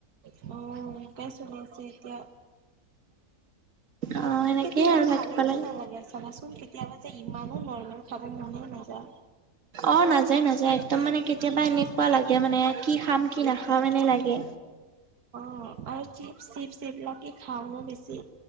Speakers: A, on the right; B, on the right.
A: অ, সেনেকাই চলি আছে এতিয়া।
B: অ সেনেকেই
A: কেতিয়াবা,
B: আৰু থাকিব
A: ভালতো
B: লাগে
A: নেলাগে। চাবাচোন, কেতিয়াবা যে, ইমানো নৰমেল খাব মনেই নাযায়।
B: অ, নাযায়, নাযায়, একদম মানে কেতিয়াবা এনেকুৱা লাগে, মানে কি খাম, কি নাখাম, এনে লাগে।
A: অ, আৰু চিপছ-টিপছ এইবিলাকে খাওঁ ন, বেছি।